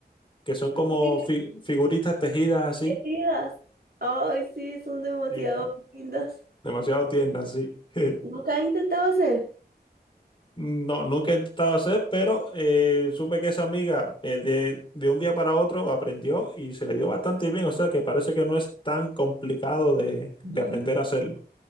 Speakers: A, on the left; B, on the right.
A: que son
B: sí,
A: como fi- figuritas tejidas así
B: elegidas. Ay, sí, son demasiado
A: y
B: lindas.
A: demasiado tiernas, sí. <laughs>
B: ¿Nunca he intentado hacer?
A: No, nunca he intentado hacer, pero eh, supe que esa amiga eh, de, de un día para otro aprendió y se le dio bastante bien, o sea que parece que no es tan complicado de,
B: Mm.
A: de aprender a hacerlo.